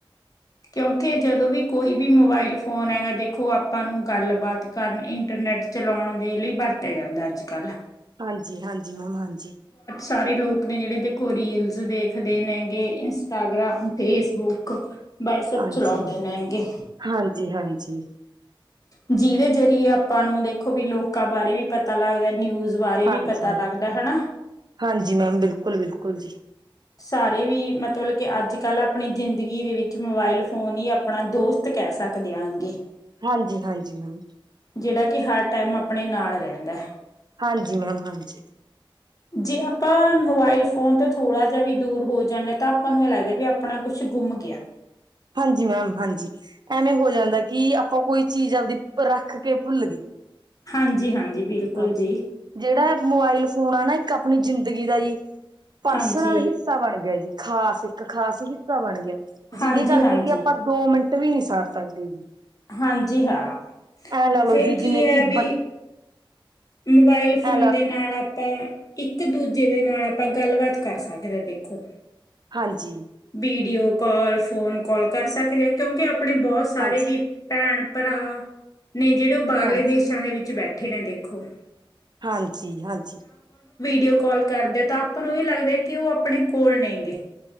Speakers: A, on the left; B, on the right.
A: ਕਿਉਂਕਿ, ਜਦੋਂ ਵੀ ਕੋਈ ਵੀ ਮੋਬਾਇਲ ਫੋਨ ਹੈਗਾ। ਦੇਖੋ ਆਪਾਂ ਨੂੰ ਗੱਲਬਾਤ ਕਰਨ ਇੰਟਰਨੈਟ ਚਲਾਉਣ ਦੇ ਲਈ, ਬਰਤਿਆ ਜਾਂਦਾ ਅੱਜ- ਕੱਲ।
B: ਹਾਂਜੀ-ਹਾਂਜੀ, ਮੈਮ ਹਾਂਜੀ।
A: ਸਾਰੇ ਲੋਕ ਨੇ, ਜਿਹੜੇ ਦੇਖੋ ਰੀਲਸ ਦੇਖਦੇ ਨੇਂ, ਗੇ ਇੰਸਟਾਗ੍ਰਾਮ, ਫੇਸਬੁੱਕ ਵਟਸਐਪ
B: ਹਾਂਜੀ
A: ਚਲਾਉਂਦੇ ਹੈਗੇ।
B: ਹਾਂਜੀ ਹਾਂਜੀ
A: ਜਿਹਦੇ ਜਰੀਏ ਆਪਾਂ ਨੂੰ ਦੇਖੋ ਵੀ ਲੋਕਾਂ ਬਾਰੇ ਵੀ ਪਤਾ ਲੱਗਦਾ ਨਿਊਜ਼ ਬਾਰੇ
B: ਹਾਂਜੀ
A: ਵੀ ਪਤਾ ਲੱਗਦਾ ਹੈ ਨਾ।
B: ਹਾਂਜੀ ਮੈਮ ਬਿਲਕੁਲ -ਬਿਲਕੁਲ ਜੀ।
A: ਸਾਰੇ ਵੀ ਮਤਲਬ ਕੇ ਅੱਜ ਕੱਲ੍ਹ ਆਪਣੀ ਜ਼ਿੰਦਗੀ ਦੇ ਵਿੱਚ ਮੋਬਾਇਲ ਫੋਨ ਹੀ ਆਪਣਾ ਦੋਸਤ ਕਹਿ ਸਕਦੇ ਆਗੇ
B: ਹਾਂਜੀ ਹਾਂਜੀ ਮੈਮ
A: ਜਿਹੜਾ ਕਿ ਹਰ ਟਾਈਮ ਆਪਾਂ ਆਪਣੇ ਨਾਲ ਰਹਿੰਦਾ।
B: ਹਾਂਜੀ ਮੈਮ ਹਾਂਜੀ।
A: ਜੇ ਆਪਾਂ ਮੋਬਾਇਲ ਫੋਨ ਤਾਂ ਥੋੜਾ ਜਿਹਾ ਵੀ ਦੂਰ ਹੋ ਜਾਂਦੇ ਤਾਂ ਆਪਾਂ ਨੂੰ ਇਹ ਲੱਗਦਾ ਵੀ ਆਪਣਾ ਕੁਛ ਗੁੰਮ ਗਿਆ।
B: ਹਾਂਜੀ ਮੈਮ ਹਾਂਜੀ ਐਵੇਂ ਹੋ ਜਾਂਦਾ ਕਿ ਆਪਾਂ ਕੋਈ ਚੀਜ਼ ਆਪਦੀ ਰੱਖ ਕੇ ਭੁੱਲ ਗਏ।
A: ਹਾਂਜੀ- ਹਾਂਜੀ। ਬਿਲਕੁਲ
B: ਹਾਂਜੀ
A: ਜੀ
B: ਜਿਹੜਾ ਮੋਬਾਇਲ ਫੋਨ ਆ ਨਾ ਇੱਕ ਆਪਣੀ ਜ਼ਿੰਦਗੀ ਦਾ ਜੀ ਪਰਸਨਲ
A: ਹਾਂਜੀ
B: ਹਿੱਸਾ ਬਣ ਗਿਆ ਜੀ ਖਾਸ ਇੱਕ ਖਾਸ ਹਿੱਸਾ ਬਣ ਗਿਆ। ਜਿਹਦੇ
A: ਹਾਂਜੀ
B: ਕਰਕੇ
A: ਹਾਂਜੀ
B: ਕਿ ਆਪਾਂ ਦੋ ਮਿੰਟ ਵੀ ਨਹੀਂ ਸਾਰ ਸਕਦੇ ਜੀ।
A: ਹਾਂਜੀ ਹਾਂ
B: ਐਂ ਲਾ ਲਓ
A: ਫਿਰ
B: ਜੀ ਜਿਵੇਂ
A: ਕੀ ਹੈ
B: ਕਿ
A: ਵੀ
B: ਬ
A: ਮੋਬਾਇਲ ਫੋਨ
B: ਐ ਲਾ
A: ਦੇ ਨਾਲ ਆਪਾਂ ਇੱਕ ਦੂਜੇ ਜਿਹਦੇ ਨਾਲ ਆਪਾਂ ਗੱਲਬਾਤ ਕਰ ਸਕਦੇ ਹਾਂ ਦੇਖੋ
B: ਹਾਂਜੀ।
A: ਵੀਡੀਓ ਕਾਲ ਫੋਨ ਕਾਲ ਕਰ ਸਕਦੇ ਆ ਕਿਉਂਕਿ ਆਪਣੇ ਬਹੁਤ ਸਾਰੇ
B: ਹਾਂਜੀ
A: ਵੀ ਭੈਣ, ਭਰਾ ਨੇ ਜਿਹੜੇ ਉਹ ਬਾਹਰਲੇ
B: ਹਾਂਜੀ
A: ਦੇਸਾਂ ਦੇ ਵਿੱਚ ਬੈਠੇ ਨੇ ਦੇਖੋ।
B: ਹਾਂਜੀ -ਹਾਂਜੀ।
A: ਡੀਓ ਕਾਲ ਕਰਦੇ ਤਾਂ ਆਪਾਂ ਨੂੰ ਇਹ ਲੱਗਦਾ ਕਿ ਉਹ ਆਪਣੇ ਕੋਲ ਨਹੀਂ ਗੇ।